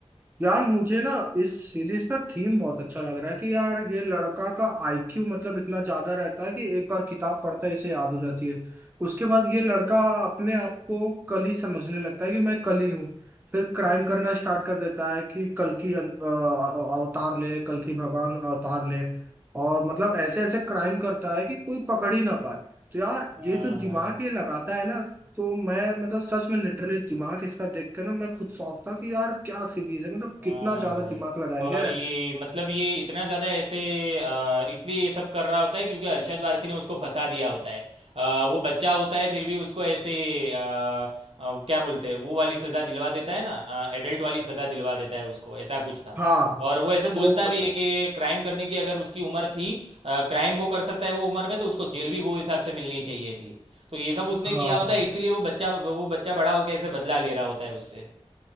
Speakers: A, on the right; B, on the right.
A: यार मुझे ना इस सीरीज का थीम बहुत अच्छा लग रहा है कि यार ये लड़का का आईक्यू मतलब इतना ज्यादा रहता है कि एक बार किताब पढ़ता है इसे याद हो जाती है उसके बाद ये लड़का अपने आप को कली समझने लगता है कि मैं कली हूँ फिर क्राइम करना स्टार्ट कर देता है कि कल की अवतार ले कल की भगवान अवतार ले और मतलब ऐसे ऐसे क्राइम करता है कि कोई पकड़ ही ना पाए तो यार
B: हाँ
A: ये जो दिमाग
B: भाई
A: ये लगाता है ना तो मैं मतलब सच में लिटरली दिमाग इसका देख कर ना मैं खुद शौक था कि यार क्या सीरीज है मतलब
B: हाँ
A: कितना ज्यादा
B: भाई
A: दिमाग लगाया गया
B: और ये
A: है
B: मतलब ये इतना ज़्यादा ऐसे आ, इसलिए ये सब कर रहा होता है क्योंकि अरशद वारसी ने उसको फंसा दिया होता है आ, वो बच्चा होता है फिर भी उसको ऐसे आ, आ, क्या बोलते हैं वो वाली सज़ा दिलवा देता है ना एडल्ट वाली सज़ा दिलवा देता है उसको ऐसा कुछ था
A: हाँ
B: और वो ऐसे
A: वो
B: बोलता भी है कि क्राइम करने की अगर उसकी उम्र थी क्राइम वो कर सकता है वो उम्र में तो उसको जेल भी वो हिसाब से मिलनी चाहिए थी तो ये सब उसने
A: हाँ
B: किया होता है इसीलिए वो बच्चा वो बच्चा बड़ा होकर ऐसे बदला ले रहा होता है उससे